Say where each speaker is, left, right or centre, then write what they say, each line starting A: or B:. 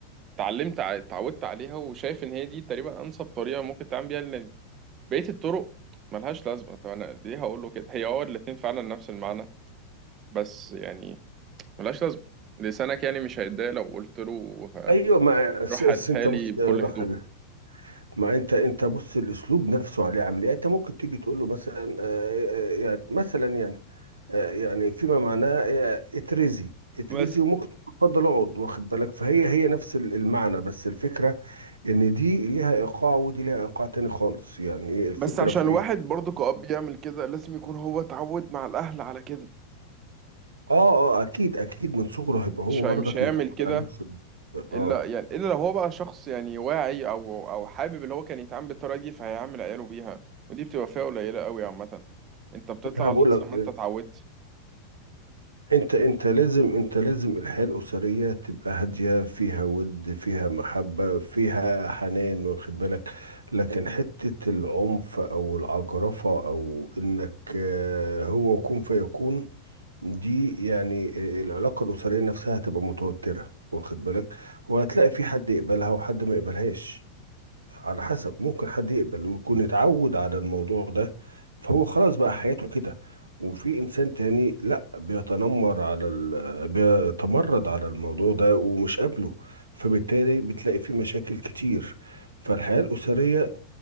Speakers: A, on the right; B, on the right.
A: اتعلمت ع- اتعودت عليها وشايف ان هي دي تقريبا انسب طريقه ممكن تعمل بيها لان بقيه الطرق ملهاش لازمه طب انا ليه هقول له كده هي اه الاتنين فعلا نفس المعنى بس يعني ملهاش لازمة لسانك يعني مش هيتضايق لو قلت له ه-
B: ايوه ما س-
A: روح
B: س-
A: هاتها
B: انت
A: لي
B: بص
A: بكل
B: أقول
A: هدوء
B: لك حاجه ما انت انت بص الاسلوب نفسه عليه عامل ايه يعني انت ممكن تيجي تقول له مثلا آه، آه، يعني مثلا يعني آه، يعني فيما معناه آه، اترزي اترزي
A: بس
B: وممكن تقول اتفضل اقعد واخد بالك فهي هي نفس ال- المعنى بس الفكرة ان دي ليها ايقاع ودي ليها ايقاع تاني خالص يعني ايه الفكرة
A: بس عشان
B: في
A: الواحد
B: ايه
A: برضه كأب يعمل كده لازم يكون هو اتعود مع الأهل على كده
B: اه اه اكيد اكيد من صغره هيبقى
A: مش
B: هو برضك
A: هي مش هيعمل
B: متعود
A: كده
B: على نفس ال-
A: إلا
B: اه
A: يعني إلا لو هو بقى شخص يعني واعي أو أو حابب اللي هو كان يتعامل بالطريقة دي فهيعمل عياله بيها ودي بتبقى فئة قليلة قوي عامة أنت بتطلع
B: انا
A: على
B: بقول
A: حسب
B: لك
A: ما أنت اتعودت
B: انت انت لازم انت لازم الحياة الأسرية تبقى هادية فيها ود فيها محبة فيها حنان واخد بالك لكن حتة العنف او العجرفة او انك آه، هو كن فيكون دي يعني آه، العلاقة الأسرية نفسها هتبقى متوترة واخد بالك وهتلاقي
A: م-
B: في حد يقبلها وحد ما يقبلهاش على حسب ممكن حد يقبل ويكون اتعود على الموضوع ده فهو خلاص بقى حياته كده وفي انسان تاني لا بيتنمر على ال... بيتمرد على الموضوع ده ومش قابله فبالتالي بتلاقي فيه مشاكل كتير فالحياة الأسرية